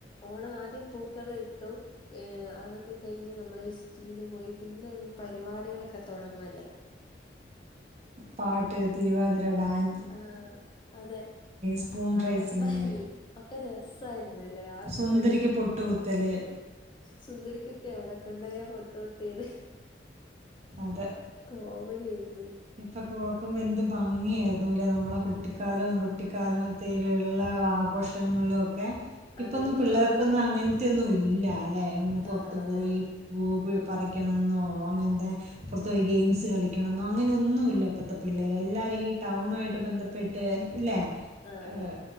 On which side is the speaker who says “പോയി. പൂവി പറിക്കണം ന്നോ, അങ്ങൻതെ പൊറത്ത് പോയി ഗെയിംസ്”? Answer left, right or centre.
Right